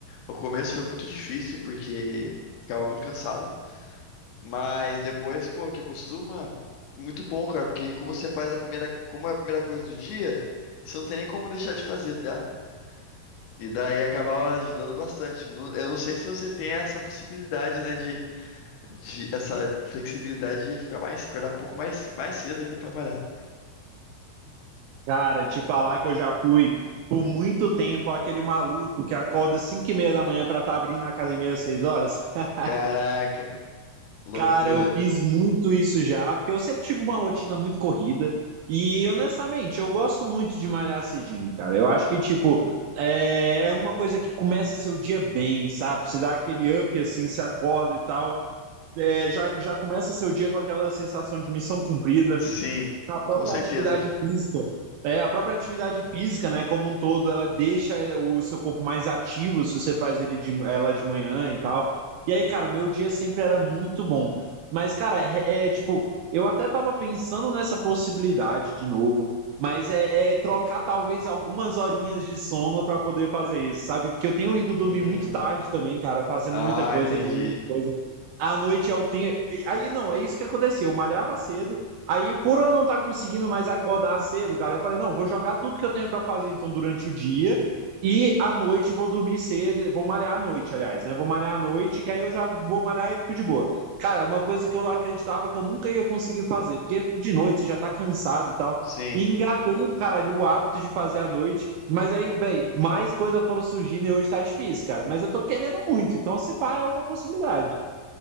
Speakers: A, on the left (about 75°); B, on the right (about 80°).
A: O começo foi muito difícil porque ficava muito cansado, mas depois, pô, que acostuma, muito bom, cara, porque como você faz a primeira, como é a primeira coisa do dia, você não tem nem como deixar de fazer, tá? ligado? E daí acabava ajudando bastante. Não- Eu não sei se você tem essa possibilidade, né, de, de essa flexibilidade de ficar mais, acordar um pouco mais, mais cedo ainda pra trabalhar.
B: Cara, te falar que eu já fui por muito tempo aquele maluco que acorda às 5 e meia da manhã pra estar abrindo a academia às 6 horas. <laughs>
A: Caraca, loucura.
B: Cara, eu fiz muito isso já, porque eu sempre tive uma rotina muito corrida. E honestamente, eu gosto muito de malhar cedinho, cara. Eu acho que, tipo, é é uma coisa que começa seu dia bem, sabe? Você dá aquele up assim, se acorda e tal. É, já, já começa seu dia com aquela sensação de missão cumprida
A: Sim,
B: a própria
A: com certeza.
B: atividade física, é, a própria atividade física, né, como um todo, ela deixa é, o seu corpo mais ativo se você faz ele de, ela de manhã e tal. E aí, cara, meu dia sempre era muito bom. Mas, cara, é, é, tipo, eu até tava pensando nessa possibilidade de novo, mas é, é trocar talvez algumas horinhas de sono pra poder fazer isso, sabe? Porque eu tenho ido dormir
A: Hum,
B: muito tarde também, cara, fazendo
A: ah,
B: muita coisa,
A: entendi.
B: resolvendo muita coisa. À noite eu tenho. Aí não, é isso que acontecia. Eu malhava cedo, Aí, por eu não estar tá conseguindo mais acordar cedo, cara, eu falei, não, vou jogar tudo que eu tenho para fazer então durante o dia e à noite vou dormir cedo, vou malhar à noite, aliás, né? Vou malhar à noite, que aí eu já vou malhar e fico de boa. Cara, é uma coisa que eu acreditava que eu nunca ia conseguir fazer, porque de noite você já tá cansado e tal.
A: Sim.
B: E engatei, cara, de o hábito de fazer à noite. Mas aí, bem, mais coisas foram surgindo e hoje tá difícil, cara. Mas eu tô querendo muito, então se pá é uma possibilidade.